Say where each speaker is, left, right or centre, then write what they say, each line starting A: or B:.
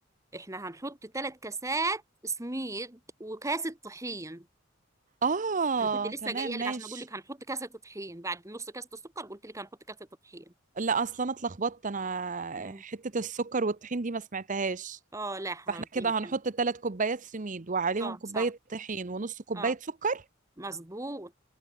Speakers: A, on the right (about 15°); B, on the right (about 40°).
A: احنا هنحط ثلاث كاسات سميد وكاسة طحين
B: اه
A: انا كنت لسه
B: تمام
A: جايه لك
B: ماشي
A: عشان اقول لك هنحط كاسه طحين بعد نص كاسه السكر قلت لك هنحط كاسه طحين
B: لا اصلا انا اتلخبطت انا
A: مم.
B: حتة السكر والطحين دي ما سمعتهاش
A: اه لا حبيبي
B: فاحنا كده هنحط ثلاث كوبايات سميد وعليهم
A: اه
B: كوباية
A: صح
B: طحين ونص كوباية
A: اه
B: سكر
A: مظبوط